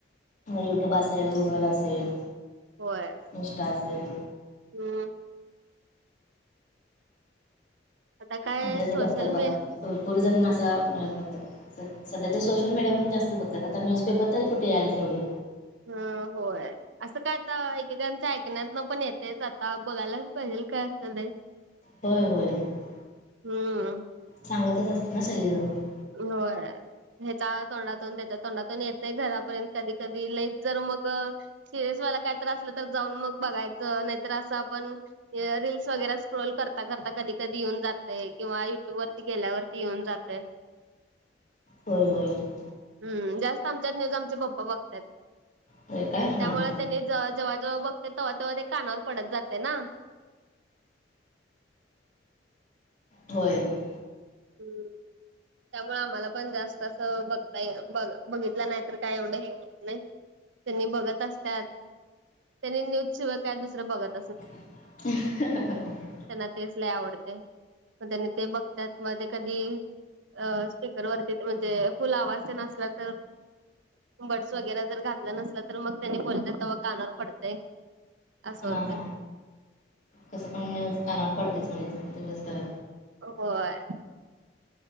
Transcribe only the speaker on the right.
होय.
हम्म. आता काय
सोशल
मी
हम होय. <unintelligible> असं काय आता एकेकांच्या ऐकण्यात ना पण येतेच आता बघायलाच पाहिजेल काय असं नाही.
हम्म. <unintelligible>
होय. <unintelligible> ह्याच्या तोंडातून त्याच्या तोंडातून येतय घरापर्यंत कधी कधी लई जर मग सिरयस वाल काय तर असलं तर जाऊन मग बघायचं नाहीतर असं आपण रीलस वगैरे स्क्रोल करता करता कधी कधी येऊन जातंय. किंवा युट्यूब वरती गेल्यावरती येऊन जातंय.
हम्म जास्त आमच्यात न्यूज आमचे पप्पा बघत्यात‌. <unintelligible>
त्यामुळे
त्यांनी ज जेव्हा जेव्हा बघते तेव्हा तेव्हा ते कानावर पडत जाते ना.
हम्. <unintelligible> त्यामुळे आम्हाला पण जास्त असं बघता ब बघितलं नाही तर काय एवढं हे होत नाही. त्यांनी बघत असत्यात त्यांनी न्यूज शिवाय काय दुसरं बघत
त्यांना तेच लई आवडते मग त्यांनी ते बघतात मग ते कधी अ स्पिकर‌ वरती म्हणजे फुल आवाज येन असला तर बर्डस वगैरे जर घातलं नसला तर मग त्यांनी बोलत्यात तव्हा कानावर पडतय. असं
होतय.
व्हय. <unintelligible>